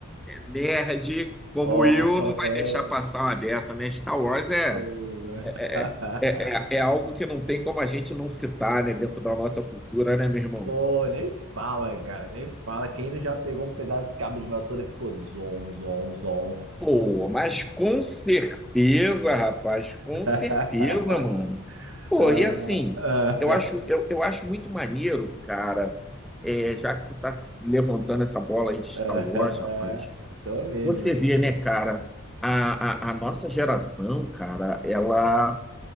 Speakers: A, in the centre; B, on the right.
A: nerd, como
B: Oh,
A: eu, não
B: oh,
A: vai deixar passar uma dessa, né? Star Wars
B: oh.
A: é. É,
B: <laughs>
A: é, é é algo que não tem como a gente não citar, né, dentro da nossa cultura, né, meu irmão?
B: Pô, nem fala, cara, nem fala. Quem não já pegou um pedaço de cabo de vassoura e ficou zon, zon, zon.
A: Pô, mas com certeza, rapaz, com
B: <laughs>
A: certeza, mano. Pô,
B: Ah,
A: e assim,
B: ah,
A: eu acho, eu, eu acho muito maneiro, cara, é, já que tu tá se levantando essa bola aí de Star
B: ah.
A: Wars, rapaz,
B: Tô mesmo.
A: você vê, né, cara, a, a, a nossa geração, cara, ela.